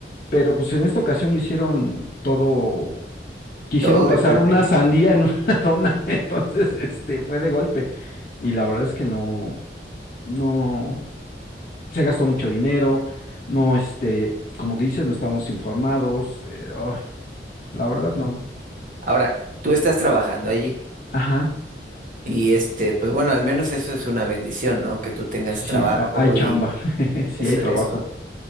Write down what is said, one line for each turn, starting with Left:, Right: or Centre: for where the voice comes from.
Left: pero pues en esta ocasión lo hicieron todo, quisieron
Right: todo
Left: pasar
Right: de golpe.
Left: una sandía en <laughs> una dona, entonces este fue de golpe. Y la verdad es que no, no, se gastó mucho dinero, no, este, como dices, no estamos informados. eh, ah. La verdad no.
Right: Ahora, tú estás trabajando allí
Left: Ajá,
Right: y este, pues bueno, al menos eso es una bendición, ¿no? Que tú tengas
Left: sí,
Right: trabajo
Left: ha- hay chamba,
Right: y
Left: <laughs> sí
Right: eso,
Left: hay trabajo.
Right: eso,